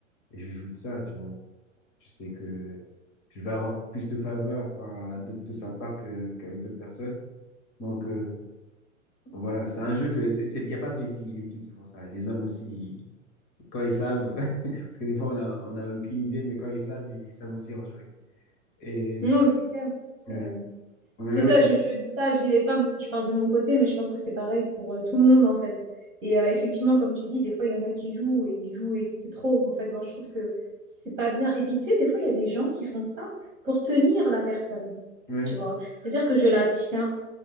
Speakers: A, on the left (about 30°); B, on the right (about 25°).
A: Et je joue de ça, tu vois. Je sais que je vais avoir plus de faveurs enfin, de, de sa part que- qu'avec d'autres personnes. Donc euh, voilà, c'est un jeu que c'est, il n'y a pas que les filles, les filles qui font ça. Les hommes aussi, quand ils savent, <laughs> parce que des fois on a, on a aucune idée, mais quand ils savent, ils, ils savent aussi en jouer. Et
B: Non, mais c'est clair. C'est,
A: ouais.
B: euh,
A: Mais
B: c'est ça,
A: oui,
B: je, je dis ça, je dis les femmes parce que je parle de mon côté, mais je pense que c'est pareil pour euh, tout le monde en fait. Et euh, effectivement, comme tu dis, des fois il y en a qui jouent et ils jouent et c'est trop. En fait, moi je trouve que c'est pas bien. Et puis tu sais, des fois il y a des gens qui font ça pour tenir la personne,
A: ouais.
B: tu vois. C'est-à-dire que je la tiens